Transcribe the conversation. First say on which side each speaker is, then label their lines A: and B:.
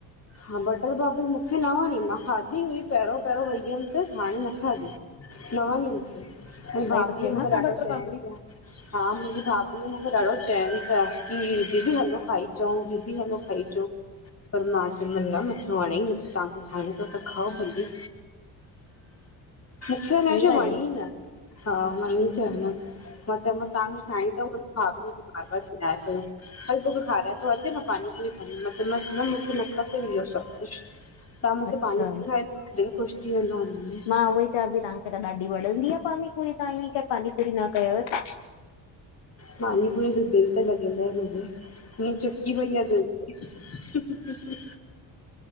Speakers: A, on the left (about 30°); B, on the left (about 70°).
A: हा बटर पापड़ी मूंखे न वणी, मां खादी हुई पहिरियों -पहिरियों वई हुयमि त हाणे न खाधी, न वणी मूंखे। मुंहिंजी
B: उतां
A: भाभी
B: जी त फेमस
A: मूंखे
B: आ
A: ॾाढो
B: बटर
A: चईंन
B: पापड़ी।
A: पिया। हा मुंहिंजी भाभी मूंखे ॾाढो चवनि पिया की दीदी हलो खाई अचऊं, दीदी हलो खाई चउं पर मां चयोयमि न मूंखे वणे हि नथी, तव्हांखे खाइणी तव त खाओ भली। मुखे अलाए
B: ईअं
A: छो
B: ॻाल्हायो।
A: वणी न हा मां इअं चयो मान। मां चयोमानि तव्हांखे खाइणी तव खाओ, पापा चिल्लाए पयो। हल तोखे खाराए तो अचें मां पानी पूरी खाइंदुस मां चओमांसि न मूंखे न खपे इहो सभु कुछ। तव्हां मूंखे
B: अच्छा
A: पानी पूरी खाइडते दिल ख़ुशि थी वेंदो। में
B: मां उहोई चां पई तव्हांखे त ॾाढी वणंदी आ पानीपूरी तव्हां ईअं कीअं पानीपूरी न कयवस।
A: पानी पुरी त दिल ते लग्यल आये मुहिंजे। ईयं चिपकी पयी आ दिल ते।